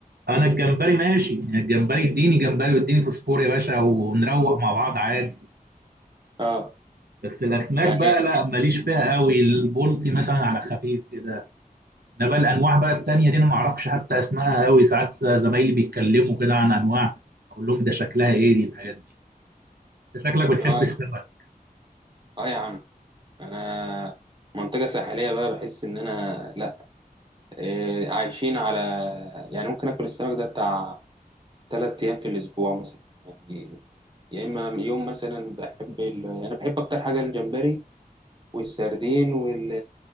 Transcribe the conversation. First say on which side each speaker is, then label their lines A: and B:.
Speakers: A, on the right; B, on the right.
A: انا الجمبري ماشي يعني الجمبري اديني جمبري واديني فوسفور يا باشا ونروق مع بعض عادي
B: اه
A: بس الاسماك
B: يعني
A: بقى لا ماليش فيها قوي البلطي مثلا على خفيف كده انا بقى الانواع بقى التانيه دي انا ما اعرفش حتى اسمائها قوي ساعات زمايلي بيتكلموا كده عن انواع اقول لهم ده شكلها ايه دي الحاجات دي انت شكلك بتحب
B: اه
A: السمك
B: اه يا عم انا منطقة ساحلية بقى بحس ان انا لا إيه عايشين على يعني ممكن اكل السمك ده بتاع ثلاث ايام في الاسبوع مثلا يعني يا اما يوم مثلا بحب ال... يعني انا بحب اكتر حاجة الجمبري والسردين وال...